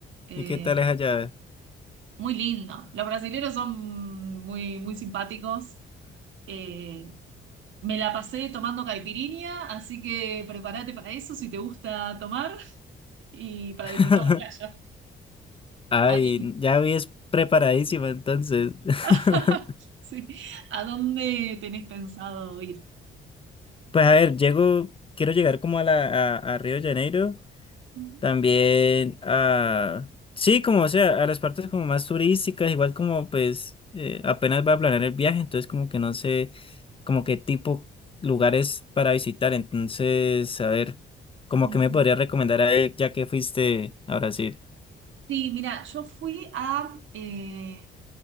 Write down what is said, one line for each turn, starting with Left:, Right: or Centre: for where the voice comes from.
Right: Eh,
Left: ¿Y qué tal es allá?
Right: muy lindo. Los brasileños son muy, muy simpáticos. Eh, Me la pasé tomando caipirinha, así que prepárate para eso si te gusta tomar y para
Left: <laughs>
Right: disfrutar la playa.
Left: Ay,
Right: ¿A dónde,
Left: ya vi, es preparadísima entonces. <laughs>
Right: <laughs> sí, ¿a dónde tenés pensado ir?
Left: Pues a ver, llego, quiero llegar como a la a, a Río de Janeiro
Right: Ujú,
Left: También a, sí, como o sea, a las partes como más turísticas, igual como pues eh, apenas va a planear el viaje, entonces como que no sé como qué tipo lugares para visitar, entonces a ver, como
Right: ujú.
Left: que me podría recomendar ahí ya que fuiste a Brasil.
Right: Sí, mira, yo fui a eh,